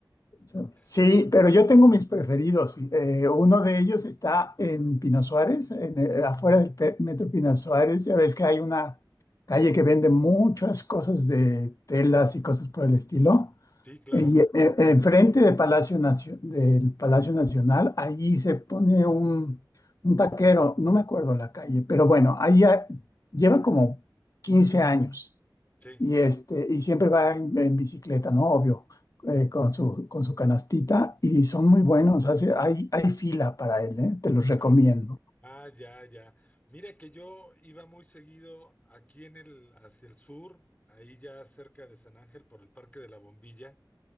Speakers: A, on the left; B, on the left.
A: Sí, Sí,
B: Un-
A: pero yo tengo mis preferidos. Eh, uno de ellos está en Pino Suárez, en, eh, afuera del pe- Metro Pino Suárez. Ya ves que hay una calle que vende muchas cosas de telas y cosas por el estilo.
B: sí, claro.
A: Eh, Y eh, enfrente de Palacio Nacio- del Palacio Nacional, ahí se pone un, un taquero, no me acuerdo la calle, pero bueno, ahí ha- lleva como 15 años
B: Sí.
A: y, este, y siempre va en, en bicicleta, ¿no? Obvio, eh, con su, con su canastita y son muy buenos. Hace, hay, hay fila para él, ¿eh? Te los recomiendo.
B: Ah. Ah, ya, ya. Mira que yo iba muy seguido aquí en el, hacia el sur, ahí ya cerca de San Ángel por el Parque de la Bombilla,